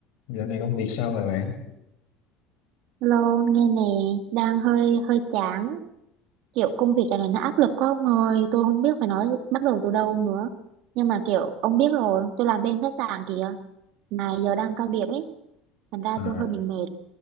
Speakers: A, on the left; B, on the right.
A: Dạo này công việc sao rồi bạn?
B: Hello, nghe nè, đang hơi hơi chán, kiểu công việc này nó áp lực quá ông ơi, tôi không biết phải nói bắt đầu từ đâu nữa. Nhưng mà kiểu ông biết rồi, tôi làm bên khách sạn kìa, mà giờ đang cao điểm ấy, thành ra
A: À,
B: tôi hơi bị mệt.